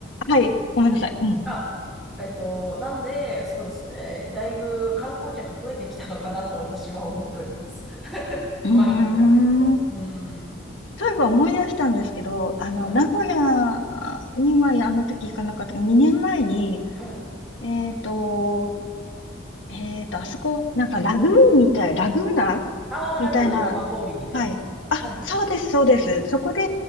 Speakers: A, on the left; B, in the centre.
A: はい、ごめんなさい。うん。
B: あ、えっと、なんで、そうですね、だいぶ観光客増えてきたのかなと私は思っております。<laughs>
A: うーん。
B: 前に比べると。うん。
A: そういえば思い出したんですけど、あの、
B: はい。
A: 名古屋にはあの時行かなかった。2年前に、
B: はい。
A: えっと、えーと、あそこ、なんかラグーンみたい、ラグーナ
B: ああ、
A: みたいな、
B: ラグーナ生氷みたいなやつか。
A: はい。あ、
B: はいはい。
A: そうです、そうです。そこで、